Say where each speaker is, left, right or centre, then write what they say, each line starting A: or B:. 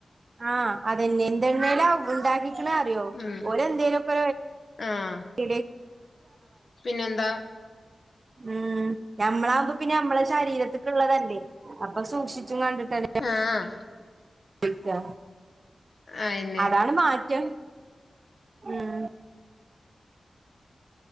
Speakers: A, on the right; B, on the left.
A: ആഹ് അതെന്നെ എന്തെണ്ണേലാ ഉണ്ടാക്കിക്കണ അറിയോ
B: ഉം
A: ഓലെ എന്തേലും ഒക്ക
B: ആഹ്
A: <unintelligible>
B: പിന്നെന്താ
A: ഉം ഞമ്മളാകുമ്പോ പിന്നെ നമ്മളെ ശരീരത്തിക്കുള്ളതല്ലേ. അ പ്പൊ സൂക്ഷിച്ചും കണ്ടിട്ടും
B: ആഹ്
A: ഇക്ക
B: അയെന്നെ
A: അതാണ് മാറ്റം ഉം